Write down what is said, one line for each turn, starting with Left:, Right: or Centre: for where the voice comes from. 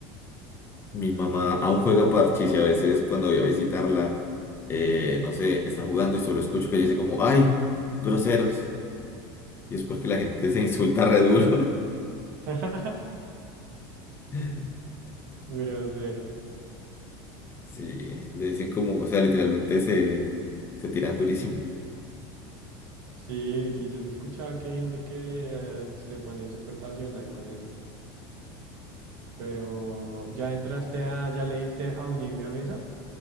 Left: Mi mamá aún juega parchís y a veces cuando voy a visitarla, eh, no sé, está jugando y solo escucho que ella dice como, ¡ay! Groseros. Y es porque la gente se insulta re duro.
Right: <laughs>
Left: <laughs>
Right: Groseros.
Left: Sí, le dicen como, o sea, literalmente se, se tiran durísimo.
Right: Sí, sí, yo sí escuchaba que hay gente que eh, se pone súper pasional con eso. Pero ya entraste a, ya le diste a unirme a mesa.